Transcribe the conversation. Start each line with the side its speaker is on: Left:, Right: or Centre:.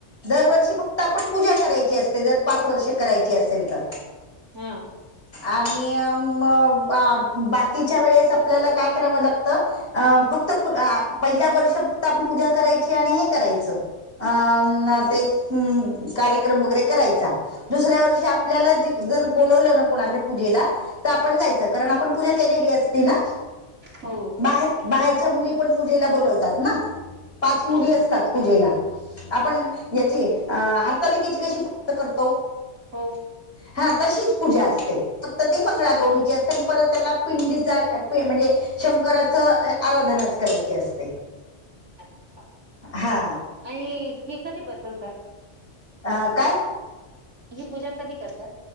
Left: दरवर्षी फक्त आपण पूजा करायची असते, जर पाच वर्षे करायची असेल तर.
Right: हा.
Left: आणि म बाकीच्या वेळेस आपल्याला काय करावं लागतं. अ फक्त पहिल्या वर्ष फक्त आपण पूजा करायची आणि हे करायचं, अन् ते कार्यक्रम वगैरे करायचा. दुसऱ्या वर्षी आपल्याला जर बोलवलं ना कोणाकडे पूजेला, तर आपण जायचं कारण आपण पूजा केलेली असती ना,..
Right: हो
Left: बाहेर- बाहेरच्या मुली पण पूजेला बोलवतात ना, पाच मुली
Right: हो
Left: असतात. पूजेला, आपण याची हरतालिकेची कशी पूजा करतो.?
Right: हो
Left: हा तशीच पूजा असते, फक्त ते मंगळागौरीची असते. परत त्याला पिंडीचा म्हणजे शंकराचं आराधनाच करायची असते.
Right: अच्छा,
Left: हा
Right: आणि हे कधी बसवतात.?
Left: अ काय?
Right: ही पूजा कधी करतात?